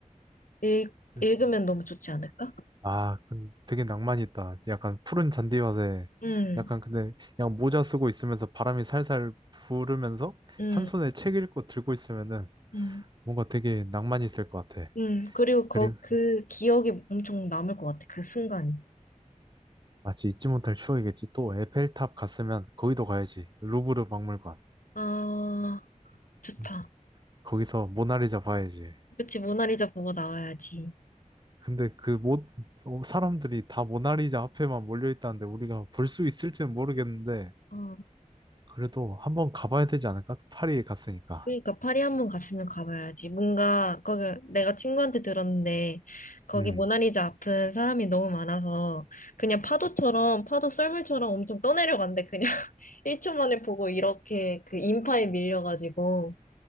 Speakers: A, on the left; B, on the right.
A: 읽,
B: 음.
A: 읽으면 너무 좋지 않을까?
B: 아, 근 되게 낭만 있다. 약간 푸른 잔디밭에
A: 음,
B: 약간 근데 그냥 모자 쓰고 있으면서 바람이 살살 부르면서
A: 음,
B: 한 손에 책 읽고 들고 있으면은
A: 음.
B: 뭔가 되게 낭만이 있을 것 같아.
A: 음, 그리고 거,
B: 그리고
A: 그 기억이 엄청 남을 것 같아, 그 순간이.
B: 마치 잊지 못할 추억이겠지. 또 에펠탑 갔으면 거기도 가야지. 루브르 박물관.
A: 아, 좋다.
B: 음, 거기서 모나리자 봐야지.
A: 그치, 모나리자 보고 나와야지.
B: 근데 그 모, 어, 사람들이 다 모나리자 앞에만 몰려 있다는데 우리가 볼 수 있을지는 모르겠는데
A: 어,
B: 그래도 한번 가봐야 되지 않을까? 파리에 갔으니까.
A: 그러니까 파리 한번 갔으면 가봐야지. 뭔가 거기 내가 친구한테 들었는데 거기
B: 음.
A: 모나리자 앞은 사람이 너무 많아서 그냥 파도처럼 파도 썰물처럼 엄청 떠내려간대 그냥 <laughs> 1초 만에 보고 이렇게 그 인파에 밀려가지고.